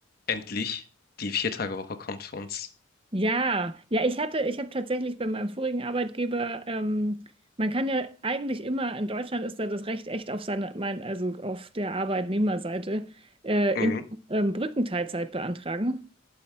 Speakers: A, on the left; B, on the right.
A: endlich die Vier-Tage-Woche kommt für uns.
B: Ja, ja, ich hatte, ich habe tatsächlich bei meinem vorigen Arbeitgeber, ähm, man kann ja eigentlich immer, in Deutschland ist da das Recht echt auf seine, mein, also auf der Arbeitnehmerseite, äh,
A: Mhm.
B: immer ähm, Brückenteilzeit beantragen.